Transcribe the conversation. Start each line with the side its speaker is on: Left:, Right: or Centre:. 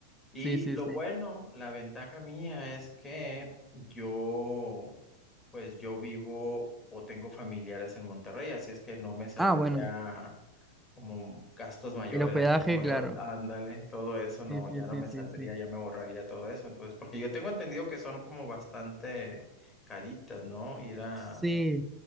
Left: Y
Centre: sí, sí,
Left: lo
Centre: sí.
Left: bueno, la ventaja mía es que yo, pues yo vivo o tengo familiares en Monterrey, así es que no me saldría
Centre: Ah, bueno.
Left: como gastos mayores,
Centre: El hospedaje,
Left: así como
Centre: claro.
Left: de, "Oh, ándale, todo eso, no,
Centre: Sí, sí,
Left: ya
Centre: sí,
Left: no me
Centre: sí,
Left: saldría,
Centre: sí.
Left: ya me borraría todo eso. Entonces, porque yo tengo entendido que son como bastante caritas, ¿no? Ir a,
Centre: Sí,